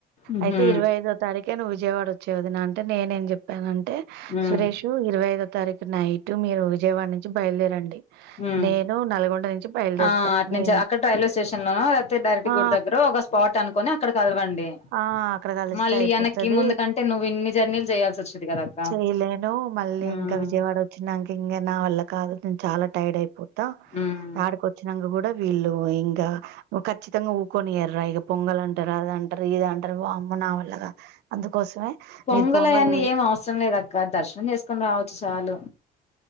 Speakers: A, on the left (about 40°); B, on the right (about 80°).
A: ఉహు
B: అయితే ఇరవై ఐదో తారీఖే నువ్వు విజయవాడ వచ్చేవది నా అంటే నేనేం చెప్పానంటే అంటే
A: ఉమ్
B: సురేష్ ఇరవై ఐదో తారీఖు నైట్ మీరు విజయవాడ నుంచి బయలుదేరండి
A: ఉమ్
B: నేను నల్గొండ నుంచి బయలుదేరుతా
A: ఆ అటు
B: నేను
A: నుంచి అక్కడ రైల్వే స్టేషన్ లోనో లేకపోతే డైరెక్ట్
B: ఆ
A: గుడి దగ్గర ఒక స్పాట్ అనుకుని అక్కడ కలవండి
B: ఆ అక్కడ కలిస్తే
A: మళ్ళీ
B: అయిపోతది
A: వెనక్కి ముందు కంటే నువ్వు ఇన్ని జర్నీలు చేయాల్సి వచ్చేది కదా అక్క
B: చేయలేను మళ్ళీ
A: ఉమ్
B: ఇంకా విజయవాడ వచ్చినాంక ఇంకా నా వల్ల కాదు నేను చాలా టైడ్ అయిపోతా
A: ఉమ్
B: ఆడికి వచ్చినాక కూడా వీళ్ళు ఇంకా ఖచ్చితంగా ఊకొని ఎర ఇక పొంగల్ అంటారా అ అంటారు ఇది అంటారు అమ్మ నా వల్లగా అందుకోసమే
A: పొంగల్
B: మీరు పొంగలి
A: అయన్నీ ఏం అవసరం లేదు అక్క దర్శనం చేసుకుొని రావచ్చు చాలు